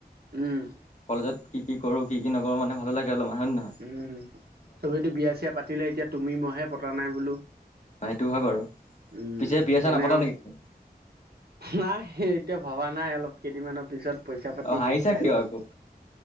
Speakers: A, on the right; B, on the left.
A: উম।
B: কলেজত কি কি কৰো, কি কি নকৰো মানে ভালো লাগে। গেলােি <unintelligible>
A: উম, চবেইেতো বিয়া চিয়া পাতিলে, এতিয়া তুমি মইহে পতা নাই বোলো।
B: সেইটো হয় বাৰু,
A: উম
B: পিছে বিয়া
A: সেইকাৰণে
B: চিয়া নাপাতা
A: আৰু
B: নেকি তুমি?
A: নাই সেই এতিয়া ভবা নাই অলপ কেইদিনমানৰ পিছত পইচা পাতি
B: অ হাঁহিছা
A: গোট খাই
B: কিয়
A: লওক।
B: আকৌ